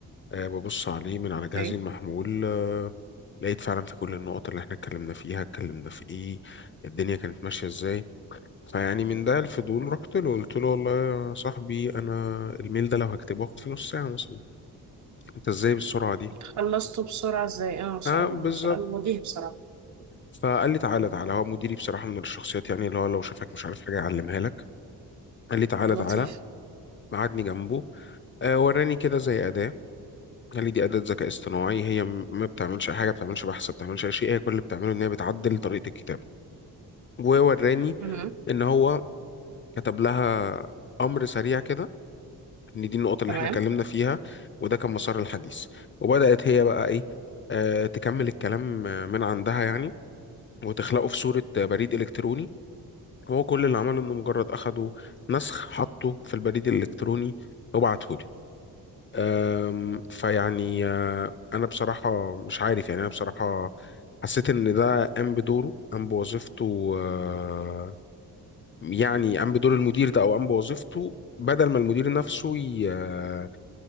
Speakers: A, on the left; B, on the right.
A: آه، ببص عليه من على جهازي
B: اوكي
A: المحمول آه، لقيت فعلا في كل النقط اللي احنا اتكلمنا فيها اتكلمنا في ايه الدنيا كانت ماشية ازاي فيعني من ده الفضول رحت له قلت له والله يا صاحبي انا الميل ده لو هكتبه هاخد فيه نص ساعه مثلا انت ازاي بالسرعه دي
B: خلصته بسرعة ازاي اه سؤال
A: اه بالظبط
B: سؤال وجيه بصراحة
A: فقال لي تعالى تعالى هو مديري بصراحه من الشخصيات يعني اللي هو لو شافك مش عارف حاجه يعلمها لك قال لي تعالى
B: لطيف
A: تعالى قعدني جنبه آه وراني كده زي اداه قال لي دي اداه ذكاء اصطناعي هي م- ما بتعملش اي حاجه ما بتعملش بحث ما بتعملش اي شيء هي كل اللي بتعمله ان هي بتعدل طريقه الكتابه ووراني
B: مهم.
A: ان هو كتب لها امر سريع كده ان دي النقطة اللي
B: تمام
A: احنا اتكلمنا فيها وده كان مسار الحديث وبدأت هي بقى ايه آه تكمل الكلام آه، من عندها يعني وتخلقه في صورة آه، بريد إلكتروني هو كل اللي عمله انه مجرد اخده نسخ حطه في البريد الإلكتروني وبعته لي آم، فيعني آه، انا بصراحة مش عارف يعني انا بصراحة حسيت ان ده قام بدوره قام بوظيفته آه، يعني قام بدور المدير ده او قام بوظيفته بدل ما المدير نفسه ي- آه،